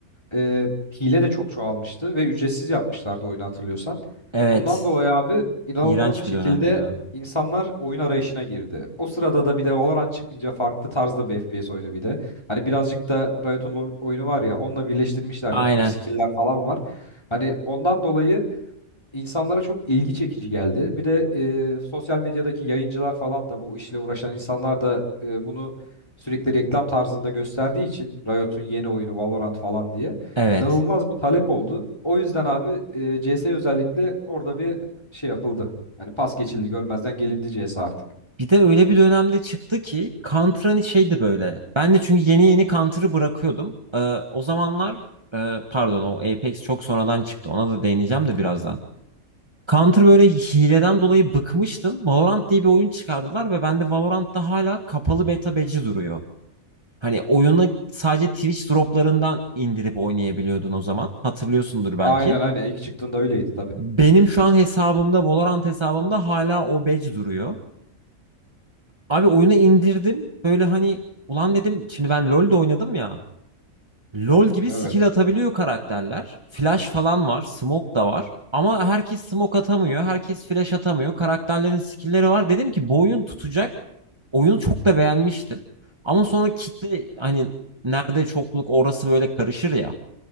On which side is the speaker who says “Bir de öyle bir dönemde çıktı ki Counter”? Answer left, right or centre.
Right